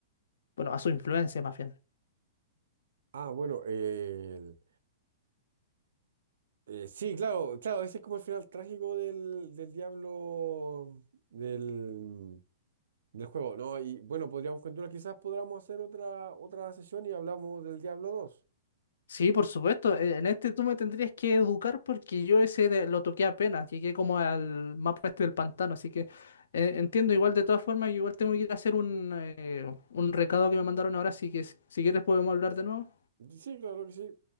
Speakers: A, on the left (about 80°); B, on the right (about 85°).
A: Bueno, a su influencia más bien.
B: Ah, bueno, el... eh, sí, claro, claro, ese es como el final trágico del, del diablo del, del juego, ¿no? Y bueno, podríamos continuar, quizás podamos hacer otra, otra sesión y hablamos del Diablo dos
A: Sí, por supuesto. e- En este tú me tendrías que educar porque yo ese de- lo toqué apenas. Llegué como al mapa este del pantano. Así que eh, entiendo igual de todas formas. Yo igual tengo que ir a hacer un, eh, un recado que me mandaron ahora. Así que si si quieres podemos hablar de nuevo.
B: Sí, claro que sí.